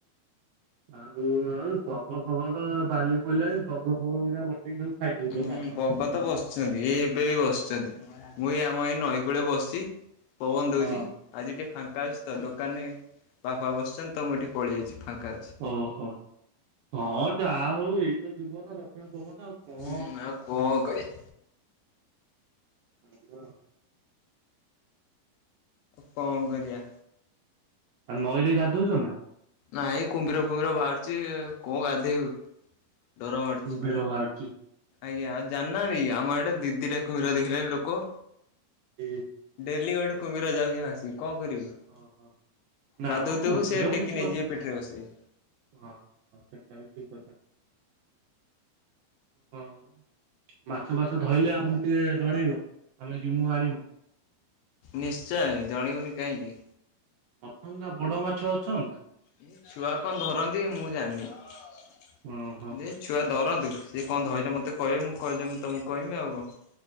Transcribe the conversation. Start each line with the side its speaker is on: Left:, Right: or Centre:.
Right: ଆଉଉ <unintelligible> ବଗ ଫଗ ତ ବାଲି ପଡ଼ିଲାଣି ବଗ ଫଗ ଗୁଡା ବସେଇିକି ସବୁ ଖାଇଦଉଛି
Left: ହୁଁ
Right: ମାଛ।
Left: ବଗ ତ ବସଛନ୍ତି ଏଇ ଏବେ ବି ବସିଛନ୍ତି ମୁଁ ଏଇ ଆମ ଏଇ ନଈ କୂଳେ ବସିଛି। ପବନ ଦଉଛି
Right: ହଁ
Left: ଆଜି ଟିକେ ଫାଙ୍କା ଅଛି। ତ ଦୋକାନରେ ବାପା ବସିଛନ୍ତି ତ ମୁଁ ଏଠି ପଳେଇଯାଇଛି ଫାଙ୍କା ଅଛି।
Right: ଓହୋ ହଁ ଯାହା ହଉ ଏଇ ତ ଯିବ ନା ରକ୍ଷଣା ପବନ ଆଉ କଣ
Left: ହୁଁ ଆଉ କଣ କରି।
Right: ହ ହ <unintelligible>
Left: କଆଁ କରିଆ।
Right: ଆଉ ନଈରେ ଗାଧଉଛ ନା?
Left: ନାଇଁ କୁମ୍ଭିର ଫୁମ୍ବିର ବାହାରୁଛି କଣ ଗାଧେଇବୁ। ଡର ମାଡୁଛି
Right: କୁ୍ମ୍ବିର ବାହାରୁଛି।
Left: ଆଜ୍ଞା ଆଉ ଜାନାଭି ଆମର ଆଡେ ଦିଦିଟା କୁମ୍ଭୀର ଦେଖିଲେଣି ଲୋକ।
Right: ଇ
Left: ଡେଲି ଗୋଟେ କୁମ୍ଭୀର ଯାଉଛି ଭାସିକି କଅଁ କରିବୁ।
Right: ଓହୋ ନା
Left: ଗାଧଉଥିବୁ
Right: ମ କୁମ୍ଭୀର
Left: ସେଏ ଟେକି
Right: କିଛି କରି
Left: ନେଇଯିବେ ପିଠିରେ ବସେଇ।
Right: ହଁ ସେଟା ବି ଠିକ କଥା ହଁ। ମାଛ ଫାଛ ଧଇଲେ ଆମକୁ ଟିକେ ଜଣେଇବ ଆମେ ଜିମୁ ଆଣିବୁ।
Left: ନିଶ୍ଚିୟ ଜଣେଇବୁନି କାହିଁକି।
Right: ଅଛନ୍ ନା ବଡ ମାଛ ଅଛନ୍ ନା?
Left: ଏ ଛୁଆ କଅଁ ଧରନ୍ତି ମୁଁ ଜାଣିନି।
Right: ଓ ହୋ।
Left: ଛୁଆ ଧରନ୍ତୁ ଇଏ କଣ ଧରିଲେ ମତେ କହିବେ ମୁଁ କହିଲେ ମୁଁ ତମକୁ କହିବି ଆଉ କଣ।